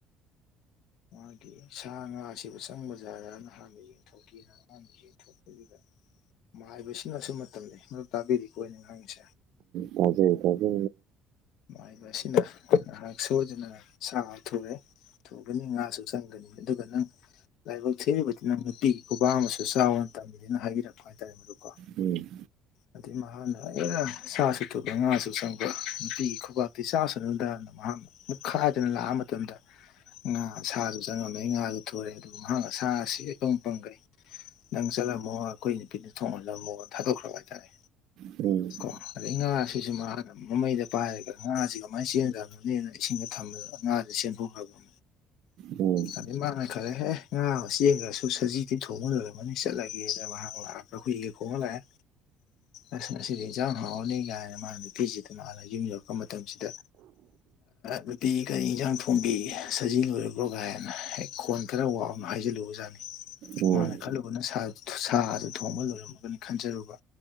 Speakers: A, on the left; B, on the right.
A: ꯃꯥꯒꯤ ꯁꯥ ꯉꯥꯁꯤꯕꯨ ꯆꯪꯕ ꯖꯥꯗ ꯅꯍꯥꯟꯅ ꯌꯦꯡꯊꯣꯛꯀꯅ ꯃꯥꯅ ꯌꯦꯡꯊꯣꯛꯄꯗꯨꯗ ꯃꯥꯏꯕꯁꯤꯅꯁꯨ ꯃꯇꯝꯅꯤ ꯃꯗꯨ ꯇꯥꯕꯤꯔꯤꯀꯣ ꯑꯩꯅ ꯉꯥꯡꯁꯦ
B: ꯇꯖꯩ ꯀꯖ
A: ꯃꯥꯏꯕ ꯑꯁꯤꯅ ꯉꯥꯏꯍꯥꯛ ꯁꯣꯏꯗꯨꯅ ꯁꯥ ꯊꯨꯔꯦ ꯊꯨꯒꯅꯤ ꯉꯥꯁꯨ ꯆꯪꯒꯅꯤ ꯑꯗꯨꯒ ꯅꯪ ꯂꯥꯏꯕꯛ ꯊꯤꯕꯗꯤ ꯅꯪ ꯅꯨꯄꯤꯒꯤ ꯈꯨꯕꯥ ꯑꯃꯁꯨ ꯆꯥꯎꯅ ꯇꯝꯕꯤꯔꯦꯅ ꯍꯥꯏꯕꯤꯔꯛꯄ ꯍꯥꯏꯇꯥꯔꯦ ꯃꯗꯨꯀꯣ
B: ꯎꯝ
A: ꯑꯩ ꯃꯍꯥꯛꯅ ꯑ ꯁꯥꯥꯁꯨ ꯊꯨꯕ ꯉꯥꯁꯨ ꯆꯪꯕ ꯅꯨꯄꯤꯒꯤ ꯈꯨꯕꯥꯛꯇꯤ ꯆꯥꯁꯨ ꯅꯨꯡꯗꯥꯅꯤ ꯃꯍꯥꯛꯅ ꯃꯤꯠꯈꯥꯏꯗꯅ ꯂꯥꯛꯑ ꯃꯇꯝꯗ ꯉꯥ ꯁꯥꯁꯨ ꯆꯪꯉꯝꯃꯦ ꯉꯥꯁꯨ ꯊꯣꯔꯦ ꯑꯗꯨꯕꯨ ꯃꯍꯥꯛ ꯁꯥ ꯑꯁꯤꯪ ꯄꯪꯈ꯭ꯔꯩ ꯅꯪ ꯆꯠꯂꯝꯃꯣ ꯑꯩꯈꯣꯏ ꯅꯨꯄꯤꯗ ꯊꯣꯡꯍꯜꯂꯝꯃꯣ ꯊꯥꯗꯣꯛꯈ꯭ꯔꯕ ꯍꯥꯏꯇꯥꯔꯦ
B: ꯎꯝ
A: ꯀꯣ ꯑꯗꯨꯗꯩ ꯉꯥꯁꯤꯁꯨ ꯃꯥꯅ ꯃꯃꯩꯗ ꯄꯥꯏꯔꯒ ꯉꯥꯥꯁ ꯀꯃꯥꯏꯅ ꯆꯦꯟꯗꯅꯣꯅꯦꯅ ꯏꯁꯤꯡꯗ ꯊ ꯊꯝꯃꯤ ꯑꯉꯥꯡꯗꯨ ꯆꯦꯟꯊꯣꯛꯂꯃꯤ
B: ꯎꯝ
A: ꯑꯗꯩ ꯃꯥꯅ ꯈꯜꯂꯦꯍꯦ ꯉꯥ ꯑꯃ ꯌꯦꯡꯉ꯭ꯔꯁꯨ ꯁꯖꯤꯗꯤ ꯊꯣꯡꯍ ꯂꯔꯃꯅꯤ ꯆꯠꯂꯒꯦꯅ ꯃꯍꯥꯛ ꯂꯥꯛꯑꯒ ꯏꯒ ꯀꯣꯡꯉ ꯂꯥꯛꯑꯦ ꯑ ꯑꯁꯤꯗꯤ ꯏꯟꯁꯥꯡ ꯍꯥꯎꯔꯅꯤ ꯀꯥꯏꯅ ꯃꯥ ꯅꯨꯄꯤꯁꯤꯗ ꯃꯥꯅ ꯌꯨꯝ ꯌꯧꯔꯛꯄ ꯃꯇꯝꯁꯤꯗ ꯅꯨꯄꯤꯒꯔꯤ ꯏꯟꯁꯥꯡ ꯊꯣꯡꯕꯤ ꯁꯖꯤ ꯂꯣꯏꯔꯕ꯭ꯔꯣ ꯀꯥꯏꯅ ꯍꯦꯛ ꯈꯣꯟ ꯈꯔ ꯋꯥꯕꯅꯤ ꯍꯥꯏꯖꯤꯜꯂꯨꯕ ꯖꯥꯠꯅꯤ
B: ꯎꯝ
A: ꯃꯥꯅ ꯈꯜꯂꯨꯕꯅ ꯁꯥ ꯑꯗꯨ ꯊꯣꯡꯕ ꯂꯣꯏꯔꯝꯃꯒꯅꯤ ꯈꯟꯖꯔꯨꯕ